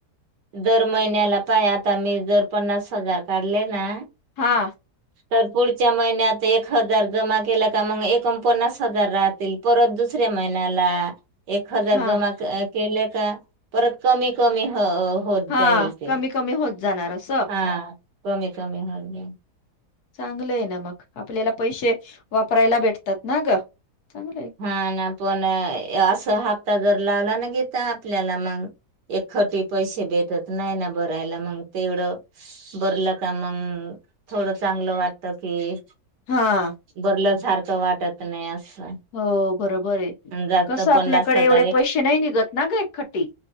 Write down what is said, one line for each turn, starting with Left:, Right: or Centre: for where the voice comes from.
Right: दर महिन्याला पाय आता मी जर पन्नास हजार काढले ना
Left: हा
Right: तर पुढच्या महिन्यात एक हजार जमा केला का मग एकूण पन्नास हजार राहत असतील परत दुसऱ्या महिन्याला एक हजार
Left: हा
Right: जमा केले का परत कमी कमी होत
Left: हा
Right: जाईल ते
Left: कमी कमी होत जाणार असं
Right: हा कमी कमी होत जाईल
Left: चांगलं आहे ना मग आपल्याला पैसे वापरायला भेटतात ना ग चांगलं आहे
Right: हा ना पण असं हप्ता जर लावला ना घेता आपल्याला मग एक खटी पैसे भेटत नाही ना भरायला मग तेवढं बरलं का मग थोडं चांगलं वाटत की
Left: हा
Right: बरलं सारखं वाटत नाही असं
Left: हो बरोबर आहे
Right: अन जास्त
Left: कसं आपल्याकडे
Right: पन्नास हजार
Left: एवढे
Right: एक
Left: पैसे नाही निघत ना ग एक खट्टी